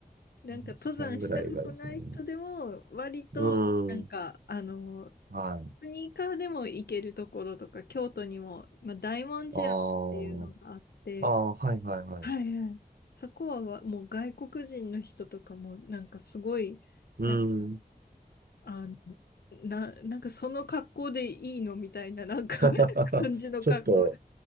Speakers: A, on the right; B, on the left.
A: 3時間ぐらいがですよね。
B: なんか登山したことない人でも割となんかあの
A: うーん。はい。
B: スニーカーでも行けるところとか京都にも、まあ、大文字山っていうのがあって
A: ああ、あーはいはいはい。
B: はいはいそこはわもう外国人の人とかもなんかすごいなんか
A: うーん。
B: あの、な、なんかその格好でいいのみたいな、なんか
A: <laughs>
B: <laughs> 感じの格好
A: ちょっと、